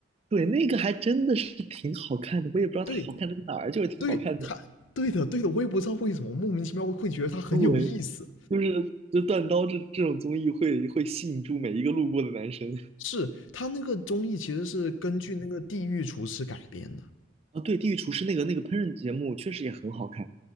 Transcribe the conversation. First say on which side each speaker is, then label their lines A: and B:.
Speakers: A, on the right; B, on the left.
A: 对，那个还真的是挺好看的，我也不知道它好看在哪儿，
B: 对
A: 就是挺好看的。
B: 对，他对的对的，我也不知道为什么莫名其妙会觉得他很有意思。
A: 对，就是就断刀这这种综艺会会吸引住每一个路过的男生。<laughs>
B: 是他那个综艺其实是根据那个《地狱厨师》改编的，
A: 啊，对，《地狱厨师》那个那个烹饪节目确实也很好看。